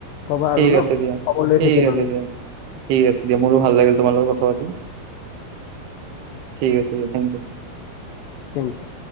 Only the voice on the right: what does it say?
ঠিক
আছে দিয়া
ঠিক
আছে
দিয়া ঠিক আছে দিয়া মোৰো ভাল লাগিল তোমাৰ লগৰ ক হ দ <unintelligible> ঠিক আছে দিয়া থেংক ইউ